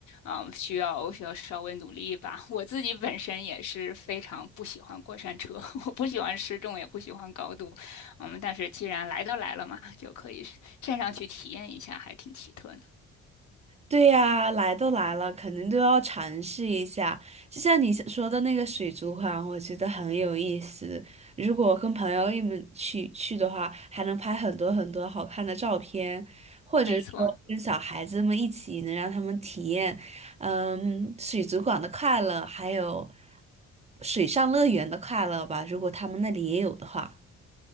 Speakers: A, on the left; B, on the right.
A: 嗯，需要需要稍微努力一把。我自己本身也是非常不喜欢过山车，<laughs> 我不喜欢失重，也不喜欢高度。嗯，但是既然来都来了嘛，就可以站上去体验一下，还挺奇特的。
B: 对呀，来都来了，肯定都要尝试一下。就像你说的那个水族馆，我觉得很有意思。如果跟朋友一们去去的话，还能拍很多很多好看的照片，或者是说跟小孩子们一起，
A: 没错，
B: 能让他们体验，嗯，水族馆的快乐，还有水上乐园的快乐吧。如果他们那里也有的话，